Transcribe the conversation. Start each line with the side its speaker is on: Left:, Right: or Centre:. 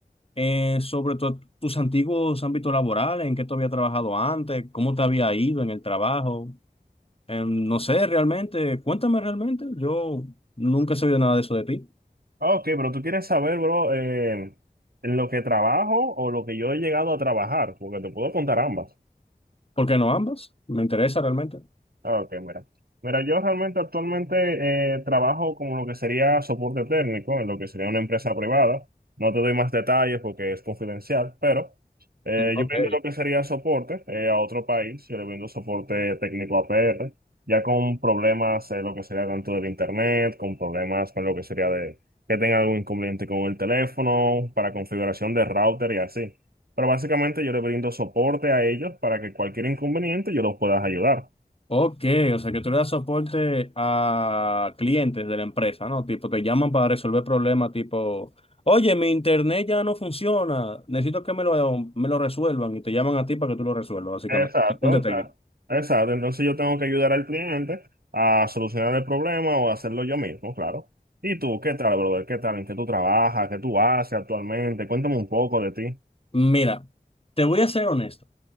Left: eh, sobre tu- tus antiguos ámbitos laborales, en qué tú habías trabajado antes, cómo te había ido en el trabajo. Eh, no sé, realmente, cuéntame realmente. Yo nunca he sabido nada de eso de ti.
Right: Ah, Ok, pero tú quieres saber, bro, eh, en lo que trabajo o lo que yo he llegado a trabajar, porque te puedo contar ambas.
Left: ¿Por qué no ambas? Me interesa realmente.
Right: Ah, Ok, mira. Mira, yo realmente actualmente eh, trabajo como lo que sería soporte técnico, en lo que sería una empresa privada. No te doy más detalles porque es confidencial, pero eh,
Left: Mm, Ok.
Right: yo brindo lo que sería soporte eh, a otro país. Yo le brindo soporte técnico a PR, ya con problemas, eh, lo que sería tanto del internet, con problemas con lo que sería de que tenga algún inconveniente con el teléfono, para configuración de router y así. Pero básicamente yo le brindo soporte a ellos para que cualquier inconveniente yo los pueda ayudar.
Left: Ok, o sea que tú le das soporte a clientes de la empresa, ¿no? Tipo, te llaman para resolver problemas, tipo, oye, mi internet ya no funciona, necesito que me lo, me lo resuelvan y te llaman a ti para que tú lo resuelvas, básicamente.
Right: Exacto,
Left: Soporte
Right: exacto.
Left: técnico.
Right: Exacto. Entonces yo tengo que ayudar al cliente a solucionar el problema o hacerlo yo mismo, claro. ¿Y tú, qué tal, brother? ¿Qué tal? ¿En qué tú trabajas? ¿Qué tú haces actualmente? Cuéntame un poco de ti.
Left: Mira, te voy a ser honesto.